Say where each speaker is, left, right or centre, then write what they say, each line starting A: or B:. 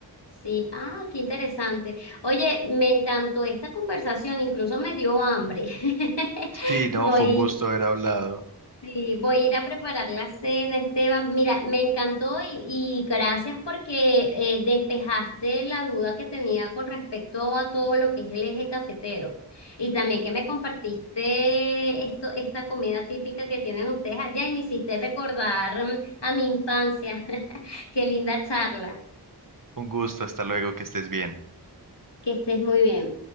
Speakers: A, on the left; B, on the right.
A: Sí, ah, qué interesante. Oye, me encantó esta conversación, incluso me dio hambre. <laughs>
B: Sí, no,
A: Voy,
B: fue un gusto haber hablado.
A: Sí, voy a ir a preparar la cena, Esteban. Mira, me encantó y, y gracias porque eh, despejaste la duda que tenía con respecto a todo lo que es el eje cafetero. Y también que me compartiste esto, esta comida típica que tienen ustedes allá y me hiciste recordar mm, a mi infancia. <laughs> Qué linda charla.
B: Un gusto, hasta luego, que estés bien.
A: Que estés muy bien.